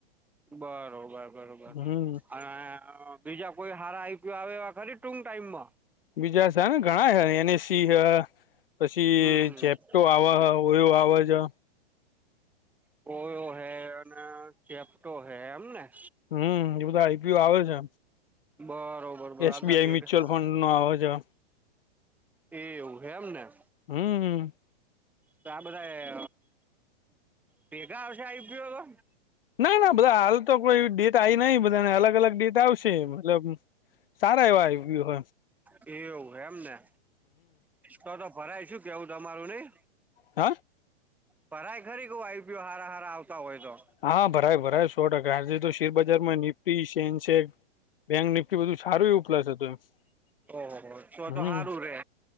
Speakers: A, in the centre; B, on the left.
A: બરોબર, બરોબર.
B: હમ
A: અને બીજા કોઈ હારા આવી. આવે એવા, ખરી? ટુંક ટાઈમ માં
B: બીજા સ ન ઘણા હે. એનએસસી, હ પછી
A: હમ હમ
B: જેપ્ટો આવ હ. ઓયો આવ છે.
A: કોયો હે અને ચેપટો હે એમ ને.
B: હમ, એ બધા આઈપીઓ આવે છે,
A: બરોબર બરોબર
B: એસબીઆઈ
A: આ બધા ભેગા
B: મ્યુચ્યુઅલ ફંડ નો. હા, આવજો.
A: એ એવું હેમ ને.
B: હમ, હ.
A: તો આ બધાય ભેગા આવશે, આઇપીઓ.
B: ના, ના. બધા હાલ તો કોઈ ડેટ આવી નહીં. બધાને અલગ અલગ ડેટ આવશે, મતલબ. સારા એવા આઇપીઓ, હ.
A: એવું એમ ને તો, તો ભરાય શું? કેવું, તમારું નઈ?
B: હ.
A: પ, ખરી? ક આઈપીયો હારા હારા આવતા હોય તો.
B: હા ભરાય ભરાય, સો ટકા. આજે તો શેરબજારમાં નિપ્ટી, સેનસેક બેંક નિફ્ટી, બધું સારું એ પ્લસ હતું. એ,
A: ઓહો તો તો
B: હમ.
A: હારું રે